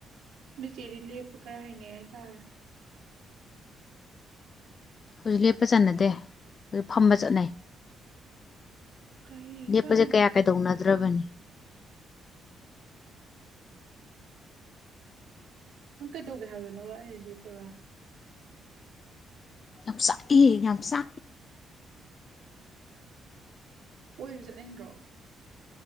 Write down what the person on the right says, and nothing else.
ꯆꯦꯔꯤ ꯂꯦꯄ ꯀꯔꯥꯏꯅꯦ ꯍꯥꯏ ꯇꯔ
ꯀꯩ
ꯀꯥꯟꯗꯥꯗꯥ
ꯀꯗꯧꯒ ꯍꯥꯏꯕꯅ ꯋꯥꯗꯤꯄꯒ
ꯀꯣꯏꯁꯨ ꯆꯠꯅꯤꯡꯗ꯭ꯔꯣ